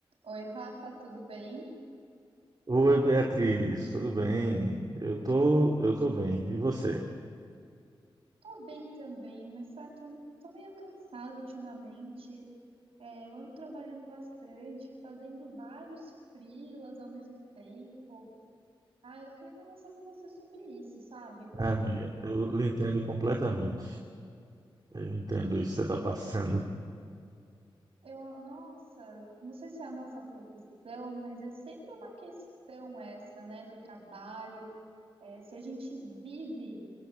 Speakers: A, on the right; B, on the right.
A: Oi, Rafa, tudo bem?
B: Oi, Beatriz, tudo bem? Eu tô, eu tô bem. E você?
A: Tô bem também, mas sabe, tô, tô meio cansada ultimamente. É, eu ando trabalhando bastante, fazendo vários freelas ao mesmo tempo. Ah, eu queria conversar com você sobre isso, sabe?
B: Ah, amiga, eu lhe entendo completamente. Eu entendo isso que você está passando.
A: Eu, nossa, não sei se é a nossa profissão, mas é sempre uma questão essa, né, do trabalho. É, se a gente vive